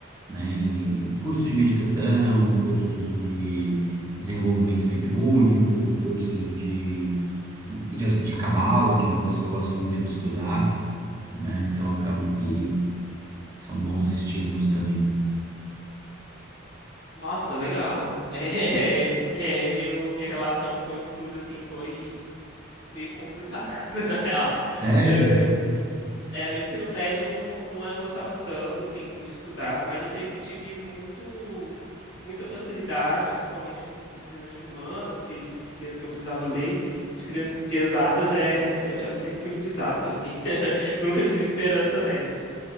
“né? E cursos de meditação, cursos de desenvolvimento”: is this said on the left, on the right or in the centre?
Right